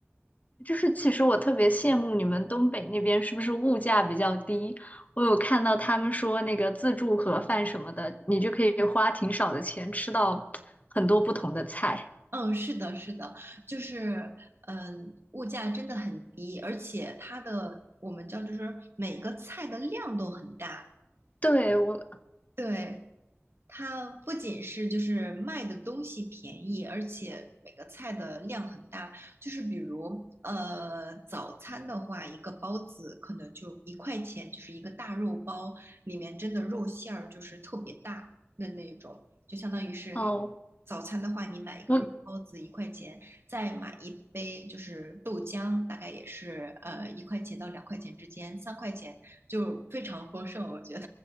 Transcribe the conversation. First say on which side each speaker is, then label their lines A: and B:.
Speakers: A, on the left (about 35°); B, on the right (about 60°).
A: 就是其实我特别羡慕你们东北那边是不是物价比较低？我有看到他们说那个自助盒饭什么的，你就可以花挺少的钱吃到很多不同的菜。
B: 嗯，是的，是的，就是嗯，物价真的很低，而且它的我们叫就是每个菜的量都很大，
A: 对，我，
B: 对。它不仅是就是卖的东西便宜，而且每个菜的量很大。就是比如，呃，早餐的话，一个包子可能就一块钱，就是一个大肉包，里面真的肉馅儿就是特别大的那一种，就相当于是
A: 哦，
B: 早餐的话，你买一个肉包子一块钱，
A: 我，
B: 再买一杯就是豆浆，大概也是呃一块钱到两块钱之间，三块钱就非常丰盛，我觉得